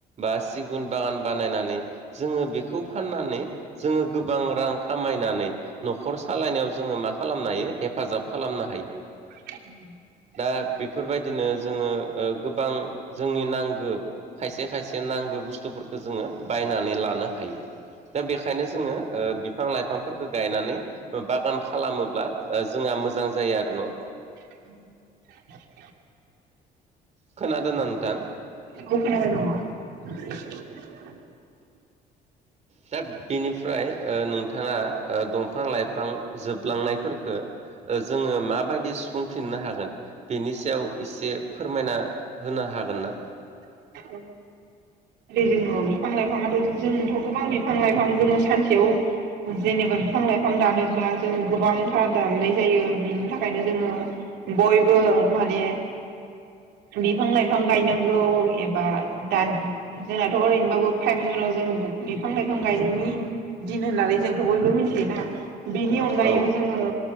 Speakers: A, on the right; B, on the right.
A: बा सिगुन बागान बानायनानै जोङो बेखौ फाननानै जोङो गोबां रां खामायनानै न'खर सालायनायाव जोङो मा खालामनो हायो हेफाजाब खालामनो हायो
B: <unintelligible>
A: दा बेफोरबायदिनो जोङो ओ गोबां जोंनि नांगो खायसे खायसे नांगौ बुस्थुफोरखो जोङो बायनानै लानो हायो दा बेखायनो जोङो ओ बि फां -लाइफांफोरखो गायनानै ओ बागान खालामोब्ला ओ जोंहा मोजां जायो आरो न'
B: <unintelligible>
A: खोनादों ना नोंथां
B: औ खोनाबाय <inaudible>
A: दा बेनिफ्राय ओ नोंथाङा ओ दंफां लाइफां जोबलांनायफोरखो ओ जोङो माबायदि सुफुं फिननो हागोन बेनि सायाव इसे फोरमायना होनो हागोन ना
B: <unintelligible> जोंनो बिफां- लाइफाङाथ' <unintelligible> जोंथ' गोबां बिफां लाइफां जोङो सानस सेवाव जेनेबा बिफां लाइफां दानो ब्ला जों गोबांथार दाननाय जायो बिनि थाखायनो जोङो गयबो माने बिफां- लाइफां गायनांगौ एबा दान जोंनाथ' ओरैनोबाबो फाइभ जुनाव जोङो बिफां लाइफां गायनायनि दिन होननानै जोंथ' बयबो मिनथियोना बेनि अनगायैबो
A: औ
B: जोङो